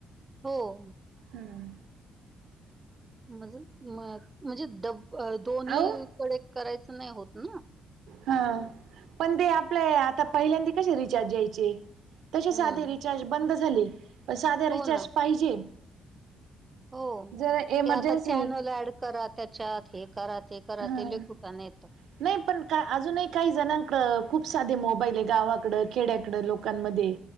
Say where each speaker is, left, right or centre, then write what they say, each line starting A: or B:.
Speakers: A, on the right (about 25°); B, on the right (about 75°).
A: हो.
B: हम्म.
A: म्हज म्हणजे डब दोन्ही
B: अहो
A: कडे करायचं नाही होत ना.
B: हा पण ते आपल्या आता पहिल्यांदा कसे रिचार्ज यायचे तसे
A: हम्म
B: साधे रिचार्ज बंद झाले. पण साधे रिचार्ज
A: हो ना
B: पाहिजे.
A: हो
B: जर एमर्जन्सी
A: ते आता चॅनल ऍड करा त्याच्यात हे करा ते करा
B: हा
A: ते लई कुटणं येत.
B: नाही पण का अजूनही काही जणांकडे खूप साधे मोबाईल आहे. गावाकड खेड्याकडं लोकांमध्ये